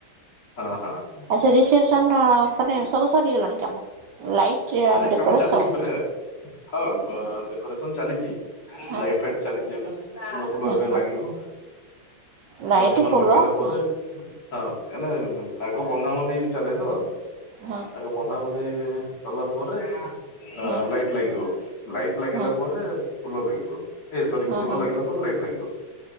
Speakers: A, on the left; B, on the right.
A: ହଁ- ହଁ।
B: ସେ ରିସେପସନ୍ ମାନେ ସବୁ ସରିଗଲାଣି କାମ। ଲାଇଟ୍
A: ନାଇ
B: ଡେକୋରେଟ
A: କାମ ଚାଲିଛି,
B: ସବୁ
A: ମାନେ ହଁ ଡେକୋରେସନ ଚାଲିଛି।
B: ହଁ
A: ଲାଇଟ୍ ଫାଇଟ୍ ଚାଲିଛି ଏବେ, ଫୁଲ ଫୁଲ
B: ହଁ
A: ଏବେ
B: ହଁ
A: ଲାଗିବ।
B: ଲାଇଟ୍
A: କାରଣ ସେମାନେ
B: ଫୁଲ
A: ଲଗେଇଲା ପରେ
B: ହଁ।
A: ହଁ କାହିଁନା ଆଗ ବନ୍ଧାବନ୍ଧି ଚାଲେ ତ।
B: ହଁ।
A: ଯୋଉ ବନ୍ଧାବନ୍ଧି ସରିଲା ପରେ ଅ
B: ହଁ
A: ଲାଇଟ୍ ଲାଗିବ, ଲାଇଟ୍ ଲାଗିଲା
B: ହଁ
A: ପରେ ଫୁଲ ଲାଗିବ। ଏ ସରି
B: ହଁ ହଁ
A: ଫୁଲ
B: ହଁ
A: ଲାଗିଲା ପରେ ଲାଇଟ୍ ଲାଗିବ।